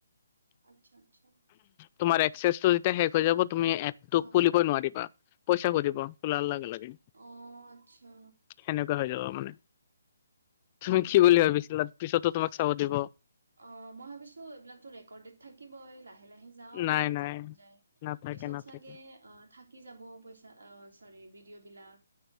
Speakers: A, on the right (about 85°); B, on the left (about 30°).
A: আৎচ্ছা আৎচ্ছা।
B: তোমাৰ এক্সেছটো যেতিয়া শেষ হৈ যাব তুমি এপ টো
A: অ
B: খুলিবই নোৱাৰিবা, পইচা খুজিব। খুলাৰ লগে লগে।
A: অ আচ্ছা
B: সেনেক- কা হৈ যাব মানে।
A: প্ৰব্লেম
B: তুমি কি বুলি
A: আছে।
B: ভাবিছিলা? পিছতো তোমাক চাব দিব।
A: অঁ মই ভাবিছো, এইবিলাকো ৰেকৰ্ডড থাকিবই লা- লাহে লাহে যাওঁ আৰু
B: নাই
A: যেতিয়া
B: নাই
A: মন যায়,
B: নাথাকে
A: পিছত
B: নাথাকে
A: চাগে অ থাকি যাব পই- চা অ' চৰি ভিডিঅ' বিলাক।